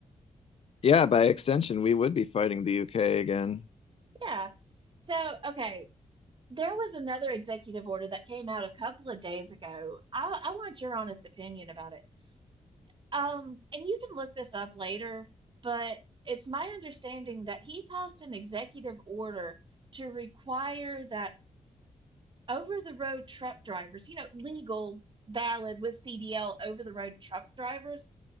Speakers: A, on the left (about 50°); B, on the right (about 40°).
A: yeah, by extension, we would be fighting the UK again,
B: Yeah. So, okay, there was another executive order that came out a couple of days ago. I, I want your honest opinion about it. Um, and you can look this up later, but it's my understanding that he passed an executive order to require that over the road truck drivers, you know, legal, valid with CDL over the road truck drivers